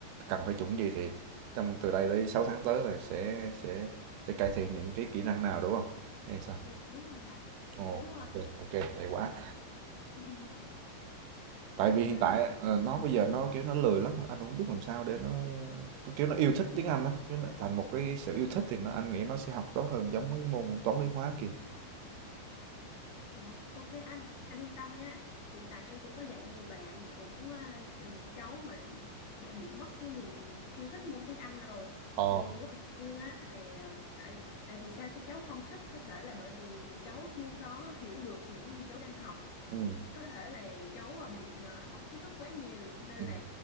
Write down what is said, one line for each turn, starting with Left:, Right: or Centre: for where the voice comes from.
Right: cần phải chuẩn gì thì trong từ đây tới 6 tháng tới là sẽ sẽ sẽ cải thiện những cái kỹ năng nào đúng không? Hay sao?
Left: dạ đúng rồi ạ
Right: Ồ,
Left: dạ đúng rồi
Right: ok, ok, hay quá
Left: <laughs>
Right: tại vì
Left: ừ.
Right: hiện tại ờ, nó bây giờ nó kiểu nó lười lắm anh cũng không biết làm sao để nó nó kiểu nó yêu thích tiếng Anh á kiểu nó thành một cái sự yêu thích thì nó, anh nghĩ nó sẽ học tốt hơn giống với môn toán lý hóa kia
Left: Dạ, ok anh, anh yên tâm nha. Hiện tại em cũng có dạy nhiều bạn cũng à, là những cháu mà đã bị mất cái niềm yêu thích môn tiếng Anh rồi.
Right: Ờ,
Left: Thì lúc đầu tiên á là tại tại vì sao các cháu không thích có thể là bởi vì cháu chưa có hiểu được những cái gì cháu đang học
Right: ừ,
Left: có thể là cháu à, bị à, hỏng kiến thức quá nhiều nên
Right: ừ,
Left: là